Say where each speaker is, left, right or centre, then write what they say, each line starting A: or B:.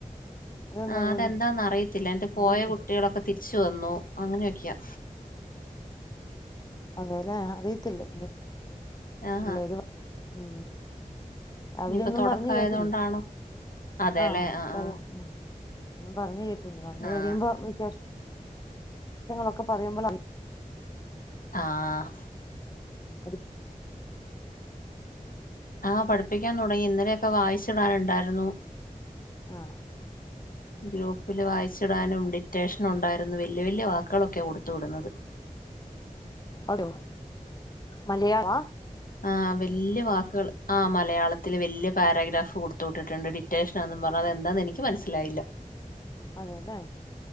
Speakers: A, on the left; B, on the left.
A: അതെന്താ
B: ആഹ
A: പോലും
B: അതെന്താന്നന്ന് അറിയത്തില്ല എന്നിട്ട് പോയ
A: അറിയത്തി
B: കുട്ടികളൊക്കെ തിരിച് വന്നു അങ്ങനെയൊക്കെയാ
A: അതേല്ലേ അറിയത്തില്ല ഇനി
B: ആഹ്
A: പിള്ളേര് ഉ രാവിലെ
B: ഇനിയിപ്പോ
A: ഒന്നും
B: തുടക്കായത്
A: പറഞ്ഞഞ് കേട്ടില്ല
B: കൊണ്ടാണോ അതെല്ലേ
A: ആഹ
B: ആഹ്
A: പറയാം പറഞ്ഞഞ് കേട്ടി വന്ന്
B: ആഹ്
A: കഴിയുമ്പോ വിഷേങ്ങളൊക്കെ പറയുമ്പോൾ
B: ആഹ
A: <unintelligible>
B: ആഹ പഠിപ്പിക്കാൻ തുടങ്ങി ഇന്നലെയൊക്കെ വായിച്ചിടാനുണ്ടായിരുന്നു
A: ആഹ
B: ഗ്രൂപ്പില് വായിച്ചിടാനും ഡിറ്റേഷനും ഉണ്ടായിരുന്നു വല്യ വല്യ വാക്കുകളൊക്കെ കൊടുത്ത വിടുന്നത്
A: അത മലയാള
B: ആഹ വല്യ വാക്കുകൾ ആ മലയാളത്തില് വല്യ പാരഗ്രാഫ് കൊടുത്ത വിട്ടിട്ടുണ്ട് ഡി റ്റേഷൻ ആന് പറഞ്ഞത് എന്താന്ന് എനിക്ക് മനസ്സിലായില്ല
A: അതെല്ലേ